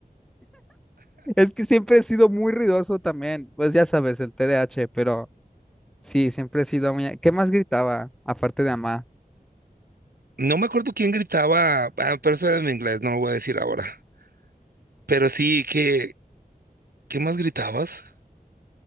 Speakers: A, in the centre; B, on the right.
A: Es que siempre he sido muy ruidoso también, pues ya sabes, el T D A H pero sí, siempre he sido muy... ¿Qué más gritaba, aparte de Amá?
B: No me acuerdo quién gritaba, ah, pero eso era en inglés, no lo voy a decir ahora. Pero sí, ¿qué, qué más gritabas?